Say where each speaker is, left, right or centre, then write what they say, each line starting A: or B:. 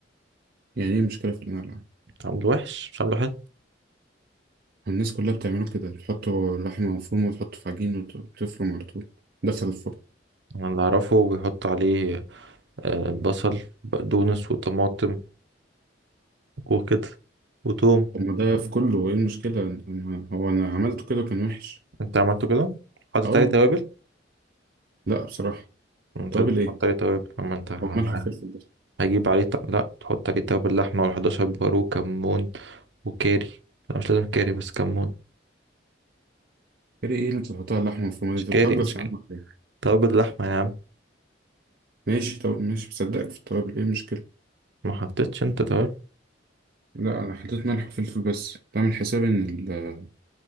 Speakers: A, on the right (about 50°); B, on the right (about 70°).
A: يعني ايه المشكله في اللي انا بعمله
B: عامله وحش مش عامله حلو
A: الناس كلها بتعمله كده بتحطه لحمه مفرومه وتحطه في عجين وت- وتفرم على طول دخل الفرن
B: انا اللي اعرفه بيحط عليه آه، بصل بقدونس وطماطم وكده وتوم
A: طب ما ده في كله ايه المشكله أنا- هو انا عملته كده كان وحش
B: انت عملته كده حاطط
A: اه
B: عليه توابل
A: لا بصراحه
B: انت
A: طب
B: لازم
A: ايه
B: تحط عليه توابل اما انت ه-
A: هو ملح وفلفل بس
B: هجيب عليه ط... لا تحط عليه توابل لحمة و11 بهار وكمون وكاري لا مش لازم كاري بس كمون
A: ايه ايه اللي بتحطها على اللحمه المفرومه
B: مش
A: دي انت بتهجص
B: كاري مش
A: يا
B: كاري
A: عم ولا ايه
B: توابل لحمة يا عم
A: ماشي طب ماشي بصدقك في التوابل ايه المشكله
B: ما حطيتش انت توابل
A: لا انا حطيت ملح وفلفل بس بعمل حساب ان ال-